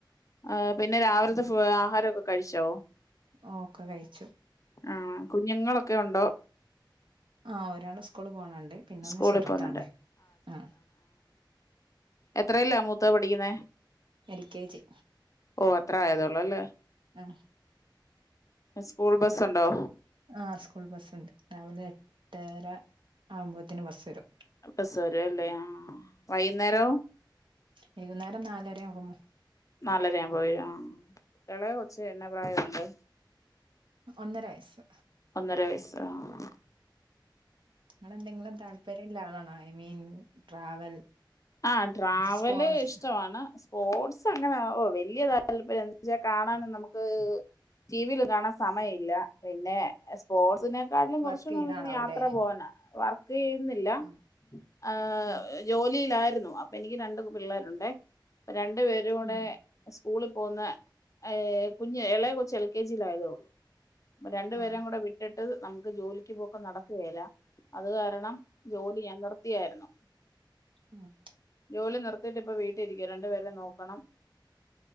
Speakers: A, on the left; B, on the right.
A: ആ പിന്നെ രാവിലത്തെ
B: ഉം.
A: ഫൂ ആഹാരൊക് കഴിച്ചോ
B: ഓക്കെ കഴിച്ചു
A: ആ കുഞ്ഞുങ്ങളൊക്കെ ഒണ്ടോ
B: ആ ഒരാള് സ്കൂളി പോണണ്ട് പിന്നൊന്ന്
A: സ്കൂളിൽ
B: ചെറുതാണ്
A: പോകുന്നുണ്ട്
B: ആ
A: എത്രേയിലാ മൂത്തത് പഠിക്കുന്നേ
B: എൽ കെ ജി
A: ഓ അത്രേ ആയതൊ ള്ളൊല്ലേ
B: ആ
A: ഇസ്കൂൾ ബസ്സുണ്ടോ?
B: ആ സ്കൂൾ ബസ്സുണ്ട് രാവിലെ എട്ടര ആവുമ്പോത്തേന് ബസ് വരും
A: ബസ് വരവല്ലേ ആഹ്‌ വൈകുന്നേരവോ
B: വൈകുന്നേരം നാലര ആകുമ്പോ
A: നാലര ആകു മ്പോ വരും ആഹ്‌ എളയ കൊച്ച് എന്നാ പ്രായൊണ്ട്
B: ഒന്നര വയസ്
A: ഒന്നര വയസ്സ് ആഹ്
B: നിങ്ങളെന്തെങ്കിലും താല്പര്യല്ല ആളണാ ഐ മീൻ ട്രാവൽ
A: ആ ട്രാവല്
B: സ്പോർട്സ്
A: ഇഷ്ടവാണ് സ്പോട്സ് അങ്ങനെ ഓ വല്യ താല് പര്യം ന്നുച്ചാ കാണാനും നമുക്ക് ടിവില് കാണാൻ സമയവില്ല പിന്നെ സ്പോട്സിനെക്കാട്ടിലും
B: വർക്ക്
A: കൊറച്ചുടെ
B: ചെയ്യുന്ന
A: <unintelligible>
B: ആളാവൂല്ലേ
A: യാത്ര പോകാനാ വ ക്ക് ചെയ്യുന്നില്ല
B: ഉം
A: ആഹ്‌
B: ഉം
A: ജോലിലാ ആരുന്നു അപ്പൊ എനിക്ക് രണ്ട് പിള്ളേരുണ്ടേ രണ്ടു പേരുടെ
B: ഉം
A: സ്കൂളി പോകുന്ന ഏഹ് കുഞ്ഞ് എളയെ കൊച്ച് എൽ കെ ജി ലയതേ ഒള്ളു. രണ്ടു പേരേം
B: ആഹ്
A: കൂടെ വിട്ടിട്ട് നമുക്ക് ജോലിക്ക് പോക്ക്‌ നടക്കുകല്ല അത് കാരണം ജോലി ഞാൻ നിർത്തിയായിരുന്നു
B: ആഹ്
A: ജോലി നിർ- ന്നിട്ട് പ്പ വി രിക്ക രണ്ടു പേരെ നോക്കണം